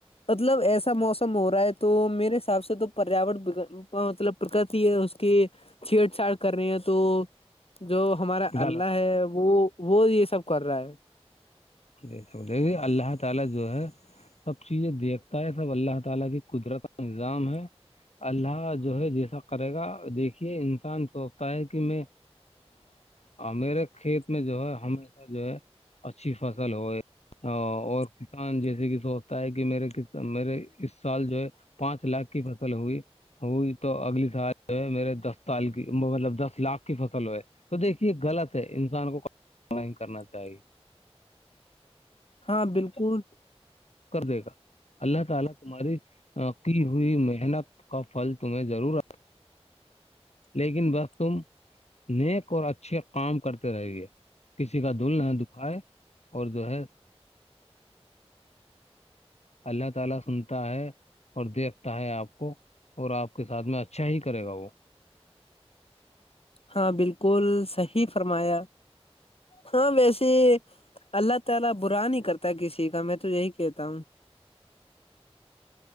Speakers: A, on the left; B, on the left.
A: مطلب ایسا موسم ہو رہا ہے تو میرے حساب سے تو پریاور مطلب پرکتی ہے اس کی چھیڑ چھاڑ کر رہے ہیں تو جو ہمارا
B: غلط
A: اللہ ہے وہ وہ یہ سب کر رہا ہے
B: <unintelligible> دیکھ پائے اللہ تعالی کی قدرت کا نظام ہے اللہ جو ہے جیسا کرے گا دیکھیے انسان سوچتا ہے کہ میں میرے کھیت میں جو ہے ہمیشہ جو ہے اچھی فصل ہو اور کسان جیسے کہ سوچتا ہے کہ میرے ک میرے اس سال جو ہے پانچ لاکھ کی فصل ہوئی وہی تو اگلی سال جو ہے میرے دس سال کی مطلب دس لاکھ کی فصل ہوئے تو دیکھیے غلط ہے انسان کو نہیں کرنا چاہیے
A: ہاں بالکل
B: کر دے گا اللہ تعالی ہماری کی ہوئی محنت کا پھل ضرور دے گا لیکن بس تم نیک اور اچھے کام کرتے رہ گے کسی کا دھول نہ دکھائے اور جو ہے اللہ تعالی سنتا ہے اور دیکھتا ہے آپ کو اور آپ کے ساتھ میں اچھا ہی کرے گا وہ
A: ہاں بالکل صحیح فرمایا ہاں ویسے اللہ تعالی کسی کا برا نہیں کرتا میں تو یہی کہتا ہوں